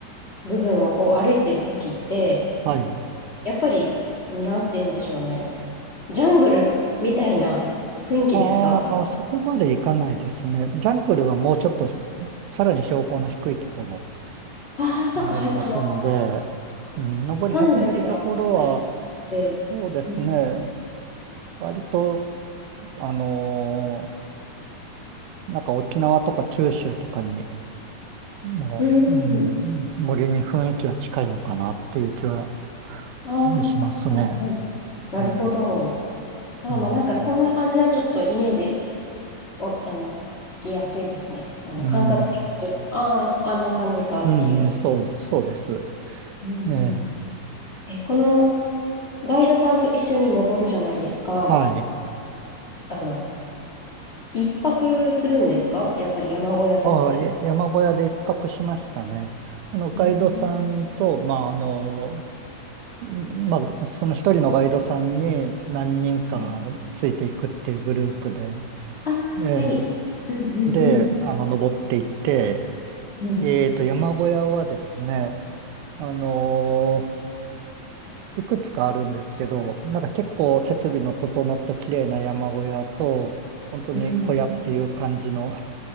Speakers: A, on the left (about 50°); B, on the right (about 80°).
A: 部分をこう歩いているときって、
B: はい。
A: やっぱり、なんて言うんでしょうね。ジャングルみたいな雰囲気ですか
B: ああ、そこまでいかないですね。ジャングルはもうちょっとさらに標高の低いところ
A: ああ、そっか、
B: になりますんで、
A: は、あの、
B: うん、登り始めるところは、
A: 登山口が高いって。
B: そうですね、
A: うん。
B: 割と、あのーなんか沖縄とか九州とかにの、
A: うん。
B: うん、森に雰囲気は近いのかなっていう気は
A: ああ、はい、
B: しますね。
A: はい。なるほど。
B: うん、
A: ああ、
B: うん、
A: まあなんかそんな感じはちょっとイメージを、あの、つ、つきやすいですね。あの、
B: うん、
A: 感覚的に、ああ、あんな感じかっていう。
B: うんそう、そうです。
A: うんうん。
B: ええ、
A: え、このガイドさんと一緒に登るじゃないですか。
B: はい。
A: あの、一泊するんですかやっぱり山小屋とかで。
B: ああ、や山小屋で一泊しましたね。あの、ガイドさんと、
A: うん。
B: まあ、あの、んまあ、その一人のガイドさんに何人かついていくっていうグループで、
A: はい。ああ、
B: ええ、
A: はい。うん
B: で、
A: うん
B: あの、登っていって、
A: うん。うん。
B: えっと、山小屋はですね、あのいくつかあるんですけど、なんか結構設備の整った綺麗な山小屋と、本当に小屋っていう感じの
A: うん